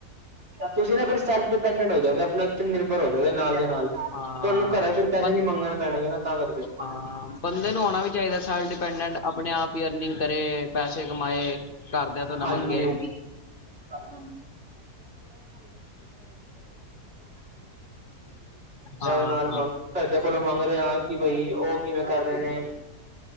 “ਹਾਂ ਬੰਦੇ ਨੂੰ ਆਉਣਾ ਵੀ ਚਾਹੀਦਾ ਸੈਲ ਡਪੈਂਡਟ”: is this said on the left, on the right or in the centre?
Left